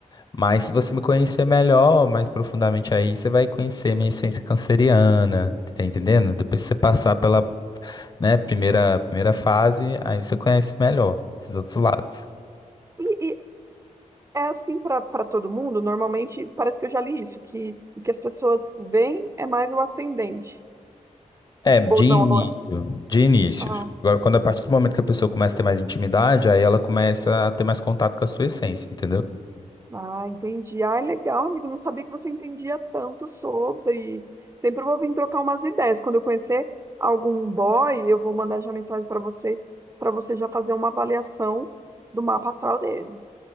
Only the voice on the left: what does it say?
Mas se você me conhecer melhor, mais profundamente aí, você vai conhecer minha essência canceriana, tá entendendo? Depois que você passar pela, né, primeira, primeira fase, aí você conhece melhor esses outros lados.
É, de
início,
de início.
Agora, quando a partir do momento que a pessoa começa a ter mais intimidade, aí ela começa a ter mais contato com a sua essência, entendeu?